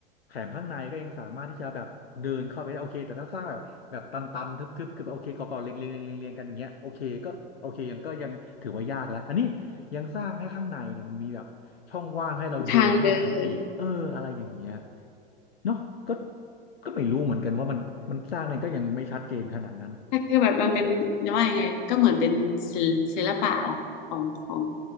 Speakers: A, on the left; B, on the left.
A: แถมข้างในก็ยังสามารถที่จะแบบเดินเข้าไปได้โอเคแต่ถ้าสร้างแบบแบบตันๆทึบๆคือแบบโอเคก่อๆเรียงๆเรียงๆเรียงๆกันอย่างเงี้ยโอเคก็โอเคยังก็ยังถือว่ายากแล้วอันนี้ยังสร้างให้ข้างในเนี่ยมันมีแบบช่องว่างให้เราเดินข้างในได้อีกเอออะไรอย่างเงี้ย
B: ทางเดิน
A: เนาะก็ก็ไม่รู้เหมือนกันว่ามันมันสร้างเนี่ยก็ยังไม่ชัดเจนขนาดนั้น
B: แต่คือแบบมันเป็นจะว่ายังไงก็เหมือนเป็นศิลศิลปะของของ